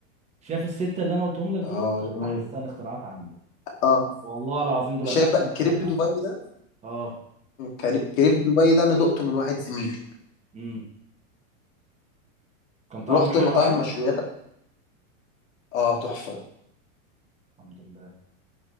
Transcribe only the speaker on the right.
شايف السته اللي انا قلتهم لك
دولت دولت
احسن اختراعات عنده
والله العظيم دولت
احسن
اختراعات
عنده
اه
امم كان طعمه
حلو
عجبك
الحمد لله